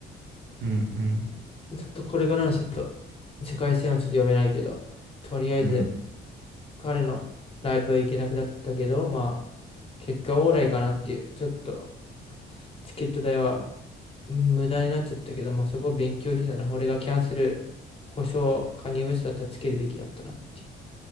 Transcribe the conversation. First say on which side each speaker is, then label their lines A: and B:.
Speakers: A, on the right; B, on the left.
A: うんうん
B: ちょっとこれからのちょっと世界線はちょっと読めないけど、とりあえず
A: うん
B: 彼のライブは行けなくなったけど、まあ、結果オーライかなっていう、ちょっとチケット代は無駄になっちゃったけど、まあそこ勉強費だな。俺がキャンセル保証、カニウエストだったらつけるべきだったなっていう